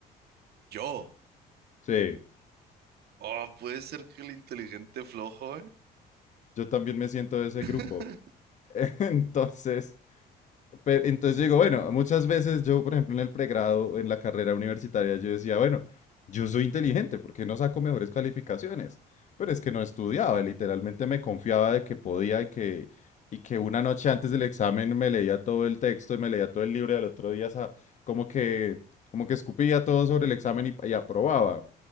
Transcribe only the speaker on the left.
Sí,
yo también me siento de ese
grupo. <laughs> Entonces, pe- entonces yo digo, bueno, muchas veces yo, por ejemplo, en el pregrado, en la carrera universitaria, yo decía, bueno, yo soy inteligente, ¿por qué no saco mejores calificaciones? Pero es que no estudiaba, literalmente me confiaba de que podía y que, y que una noche antes del examen me leía todo el texto y me leía todo el libro y al otro día sa- como que, como que escupía todo sobre el examen y, y aprobaba.